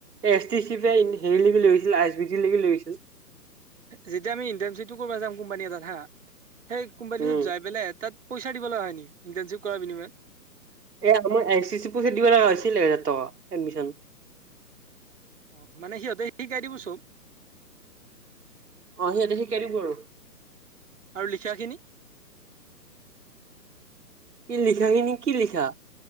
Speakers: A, on the right (about 65°); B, on the right (about 45°).
A: এছ টি চি যে হেৰিলৈকে লৈ গৈছিল, আই এছ বি টি লৈকে লৈ গৈছিল।
B: যে যেতিয়া আমি ইন্টাৰ্নশ্বিপটো কৰিব যাম কোম্পানী এটাত হা সেই কোম্পানীটোত
A: উম
B: যাই পেলাই তাত পইচা দিব লগা হয় নেকি ইণ্টাৰ্ণচিপ কৰাৰ বিনিময়ত
A: এ আমাৰ আই চি চি পুঁজিত দিব লগা হৈছিলে ত এডমিচন
B: অ মানে সিহঁতে শিকাই দিব চব
A: অ' সিহঁতে শিকাই দিব আৰু
B: আৰু লিখাখিনি
A: সি লিখাখিনি কি লিখা